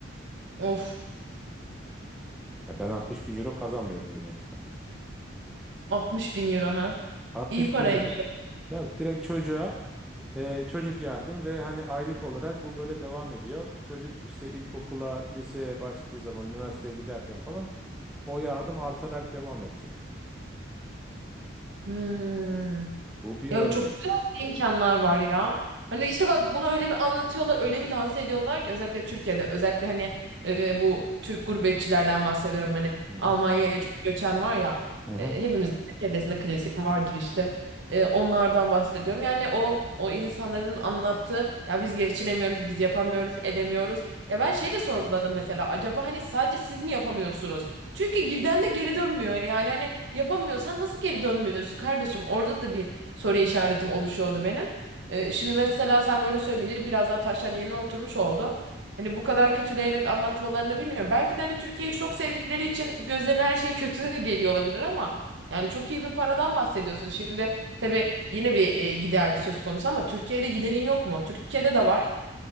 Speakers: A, on the right; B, in the centre.
A: Of,
B: Ya ben 60 bin euro kazanmıyorum Yunanistan'da.
A: 60 bin euro ha.
B: 60
A: İyi paraymış
B: bin euro.
A: ya.
B: Tabii direkt çocuğa Ee, çocuk yardım ve hani aylık olarak bu böyle devam ediyor. Çocuk işte ilkokula, liseye başladığı zaman, üniversiteye giderken falan o yardım artarak devam edecek.
A: Hmm.
B: Bu bir
A: Ya
B: örnek.
A: çok güzel imkanlar var ya. Hani işte bak bunu öyle bir anlatıyorlar, öyle bir lanse ediyorlar ki özellikle Türkiye'de, özellikle hani e, bu Türk gurbetçilerden bahsediyorum. Hani
B: Hı hı.
A: Almanya'ya çok göçen var ya,
B: Hı
A: e,
B: hı.
A: hepimizin çevresinde klasik vardır işte. E, onlardan bahsediyorum. Yani o o insanların anlattığı ya biz geçinemiyoruz, biz yapamıyoruz, edemiyoruz. Ya ben şey de sorguladım mesela acaba hani sadece siz mi yapamıyorsunuz? Çünkü giden de geri dönmüyor. Yani hani yapamıyorsan nasıl geri dönmüyorsun kardeşim? Orada da bir soru işaretim oluşuyordu benim. Ee, şimdi mesela sen böyle söyleyince biraz daha taşlar yerine oturmuş oldu. Hani bu kadar kötüleyerek anlatmalarını bilmiyorum. Belki de hani Türkiye'yi çok sevdikleri için gözlerine her şey kötü de geliyor olabilir ama yani çok iyi bir paradan bahsediyorsun. Şimdi tabii yine bir e, gider söz konusu ama Türkiye'de giderin yok mu? Türkiye'de de var.